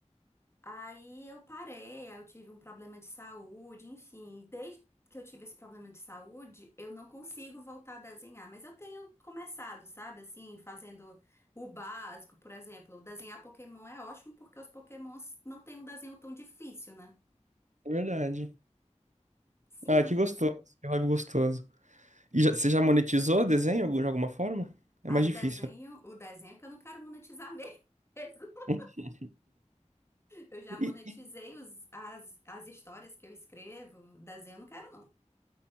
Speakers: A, on the left; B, on the right.
A: Aí eu parei, aí eu tive um problema de saúde, enfim. Desde que eu tive esse problema de saúde, eu não consigo voltar a desenhar, mas eu tenho começado, sabe, assim, fazendo o básico, por exemplo. Desenhar Pokémon é ótimo porque os Pokémons não têm um desenho tão difícil, né?
B: É Verdade.
A: Sim.
B: Ah, que gostoso, que hobby gostoso. E já- você já monetizou desenho algum- de alguma forma? É
A: Aí
B: mais difícil.
A: o desenho,
B: né?
A: o desenho é que eu não quero monetizar mesmo. <laughs>
B: <laughs>
A: Eu já
B: E,
A: monetizei os- as, as histórias que eu escrevo, desenho eu não quero não.